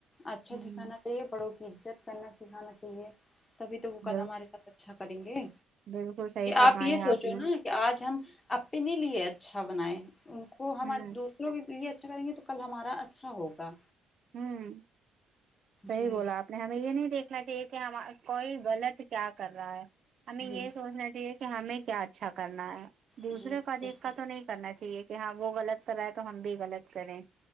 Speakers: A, on the left; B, on the right.
A: اچھا
B: ہ
A: سکھانا چاہیے بڑوں کی عزت کرنا سکھانا چاہیے تبھی تو وہ کل
B: ہ
A: ہمارے ساتھ اچھا کریں گے
B: بالکل صحیح فرمایا
A: آپ یہ سوچو
B: نے
A: نا آج ہم اپنے لیے اچھا بنائیں ان کو ہم
B: ہوں
A: آ دوسروں کے لیے اچھا کریں گے تو کل ہمارا اچھا ہوگا
B: ہوں صحیح
A: جی
B: بولا آپ نہیں ہمیں یہ نہیں دیکھنا چاہیے کہ ہم کوئی غلط کیا کر رہا ہے ہمیں یہ
A: جی
B: سوچنا کہ ہمیں کیا اچھا کرنا ہے دوسرے
A: جی
B: کا دیکھتا
A: بالکل صحیح۔
B: تو نہیں کرنا چاہیے کہ ہاں وہ غلط کر رہا ہے تو ہم بھی غلط کریں